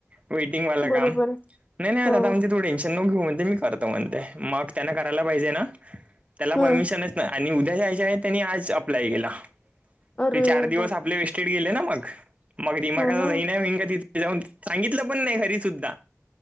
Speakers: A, on the right; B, on the left.
A: वेटीगवाल
B: बरोबर
A: काम, नाही नाही
B: हो
A: आता तु टेश ण मी करतो म्हण मग त्यां करायला पाहिजे ना त्याला परमिशनच
B: हम्म
A: नाही. आणि उद्या जायच्या आहेत त्यांनी आज अप्लाय केला
B: अरे
A: ते चार दिवस
B: बापरे
A: आपले वे ट गेले ना मग मग दिीमाा
B: हो ना
A: नाही होईन कािथ जाऊन सांगितलं पण नाही घरी सुद्धा